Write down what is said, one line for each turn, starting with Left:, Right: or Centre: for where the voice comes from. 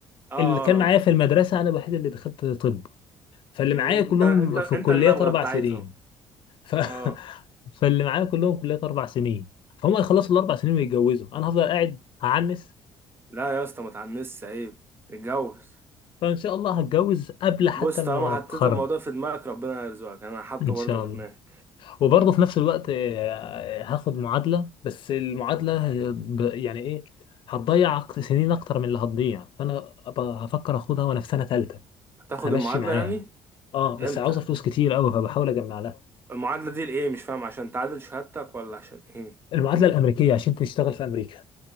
Right: اه آه،
Left: اللي كان معايا
Right: آه.
Left: في المدرسه انا الوحيد اللي دخلت طب فاللي
Right: انت
Left: معايا كلهم
Right: انت انت
Left: في كليات
Right: النبغه
Left: اربع
Right: بتاعتهم
Left: سنين ف...
Right: اه
Left: <laughs> فاللي معايا كلهم كليات اربع سنين فهم هيخلصوا الاربع سنين ويتجوزوا انا هفضل قاعد هعنس
Right: لا يا اسطى ما تعنسش عيب اتجوز
Left: فان شاء الله هتجوز قبل حتى
Right: بص
Left: ما
Right: طالما حطيت
Left: اتخرج
Right: الموضوع في دماغك ربنا هيرزقك انا حاطه
Left: ان
Right: برضه
Left: شاء
Right: في
Left: الله
Right: دماغي
Left: وبرضه في نفس الوقت آه، هاخد معادلة بس المعادلة هي ب- يعني ايه هتضيع أك- سنين اكتر من اللي هتضيع فانا أبقى هفكر اخدها وانا في سنة ثالثة
Right: هتاخد
Left: همشي
Right: المعادله
Left: معاها
Right: يعني
Left: اه بس
Right: امتى
Left: عاوزة فلوس كتير قوي فبحاول اجمع لها
Right: المعادله دي لايه مش فاهم عشان تعادل شهادتك ولا عشان ايه
Left: المعادلة الامريكية عشان تشتغل في امريكا